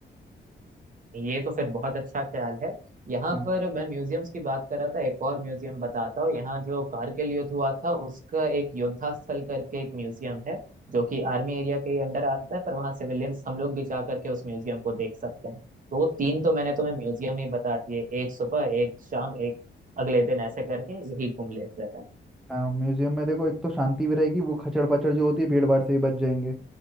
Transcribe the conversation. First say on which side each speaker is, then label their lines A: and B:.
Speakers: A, on the right (about 45°); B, in the centre.
A: ये तो फिर बहुत अच्छा ख्याल है यहाँ
B: हाँ
A: पर मैं म्यूजियम्स की बात कर रहा था एक और म्यूजियम बताता हूँ यहाँ जो कारगिल युद्ध हुआ था उसका एक योद्धा स्थल करके एक म्यूजियम है जो कि आर्मी एरिया के अंडर आता है पर वहाँ सिविलियंस हम लोग भी जा करके उस म्यूजियम को देख सकते हैं तो वो तीन तो मैंने तुम्हें म्यूजियम ही बता दिए एक सुबह एक शाम एक अगले दिन ऐसे करके यही घूम लेते हैं
B: हाँ, म्यूजियम में देखो एक तो शांति भी रहेगी वो खचड़ पचड़ जो होती है भीड़ भाड़ से भी बच जाएंगे